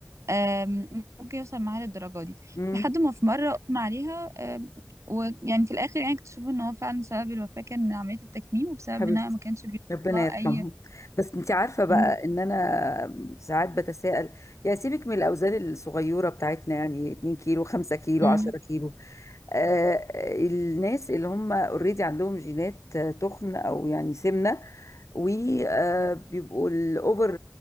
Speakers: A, on the right (about 75°); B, on the left (about 75°).
A: آم، ممكن يوصل معاها للدرجه دي
B: امم
A: لحد ما في مره اغمى عليها آم، ويعني في الاخر يعني اكتشفوا ان هو فعلا سبب الوفاه كان من عمليه التكميم وبسبب
B: حبيبتي
A: انها ما كانش بيطلع
B: ربنا يرحمها
A: اي
B: بس انت عارفه بقى
A: امم
B: ان انا ساعات بتساءل يا سيبك من الاوزان الصغيره بتاعتنا يعني 2 كيلو 5 كيلو
A: امم
B: 10 كيلو آه الناس اللي هم اوريدي عندهم جينات آه، تخن او يعني سمنه وبيبقوا الاوفر